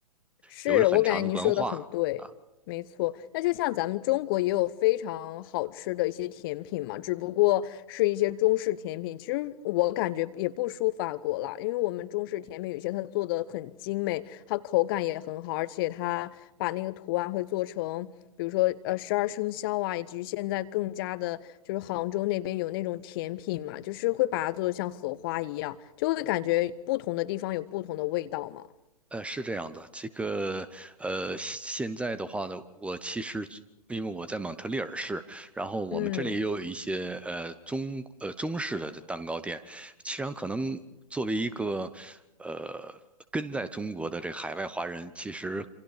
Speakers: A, on the left; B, in the centre.
A: 是，
B: 有着很长的文化啊。
A: 我感觉您说的很对，没错。那就像咱们中国也有非常好吃的一些甜品嘛，只不过是一些中式甜品。其实我感觉也不输法国啦，因为我们中式甜品有些它做的很精美，它口感也很好，而且它把那个图案会做成，比如说呃十二生肖啊，以及现在更加的就是杭州那边有那种甜品嘛，就是会把它做的像荷花一样，就会感觉不同的地方有不同的味道嘛。
B: 呃，是这样的，这个呃，现在的话呢，我其实因为我在蒙特利尔市，然后我们这里也有一些呃中呃中式的蛋糕店，
A: 嗯。
B: 其实可能作为一个呃跟在中国的这海外华人，其实